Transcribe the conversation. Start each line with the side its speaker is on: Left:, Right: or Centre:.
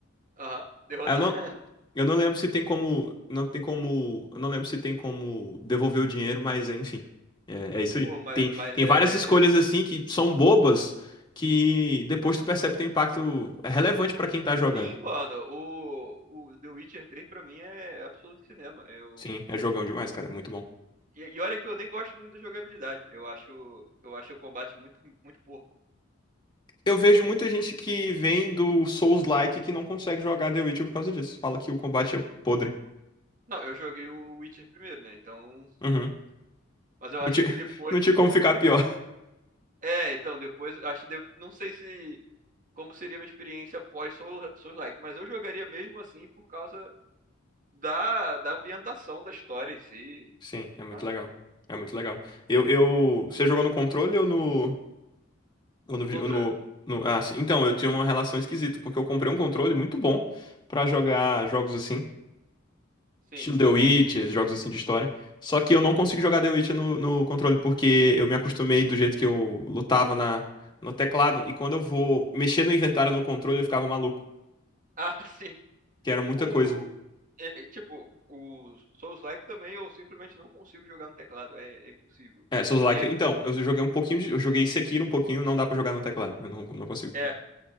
Right: Aham, derrotar.
Left: Ah, Eu não,
Right: <laughs>
Left: eu não lembro se tem como, não tem como, eu não lembro se tem como devolver o dinheiro, mas enfim, é, é isso aí.
Right: Pô, mas,
Left: Tem,
Right: mas
Left: tem
Right: é.
Left: várias escolhas assim que são bobas que depois tu percebe que tem impacto é relevante pra quem tá jogando.
Right: Sim, mano, o, o The Witcher três pra mim é absoluto cinema. Eu.
Left: Sim, é jogão demais, cara, é muito bom.
Right: E, e olha que eu nem gosto muito da jogabilidade. Eu acho, eu acho o combate muito, muito porco.
Left: Eu vejo muita gente que vem do Souls-like que não consegue jogar The Witcher por causa disso. Fala que o combate é podre.
Right: Não, eu joguei o Witcher primeiro, né? Então.
Left: Uhum.
Right: Mas eu acho
Left: Não tinha,
Right: que depois.
Left: <laughs> não tinha como ficar pior.
Right: É, então depois, acho que de- não sei se como seria minha experiência pós Soul- Souls-like, mas eu jogaria mesmo assim por causa da, da ambientação da história em si,
Left: Sim, é muito
Right: sabe?
Left: legal. É muito legal. Eu, eu, você jogou no controle ou no Ou no, vi-
Right: Controle.
Left: ou no- no- ah, sim. Então, eu tenho uma relação esquisita, porque eu comprei um controle muito bom pra jogar jogos assim,
Right: Sim.
Left: estilo The Witcher, jogos assim de história. Só que eu não consigo jogar The Witcher no, no controle, porque eu me acostumei do jeito que eu lutava na, no teclado, e quando eu vou mexer no inventário no controle, eu ficava maluco,
Right: Ah, <laughs> sim.
Left: que era muita
Right: O
Left: coisa.
Right: é- é, tipo, o Souls-like também eu simplesmente não consigo jogar no teclado, é, é impossível.
Left: É, Souls-like.
Right: E eu, tipo,
Left: Então, eu joguei um pouquinho de, eu joguei Sekiro um pouquinho, não dá pra jogar no teclado, eu não, não consigo.
Right: é,